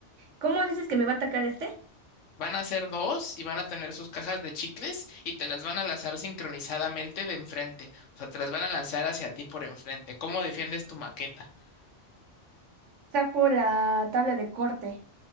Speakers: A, on the right (about 80°); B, on the left (about 80°).
A: ¿Cómo dices que me va a atacar este?
B: Van a ser dos y van a tener sus cajas de chicles y te las van a lanzar sincronizadamente de enfrente. O sea, te las van a lanzar hacia ti por enfrente. ¿Cómo defiendes tu maqueta? <gasps>
A: Saco la tabla de corte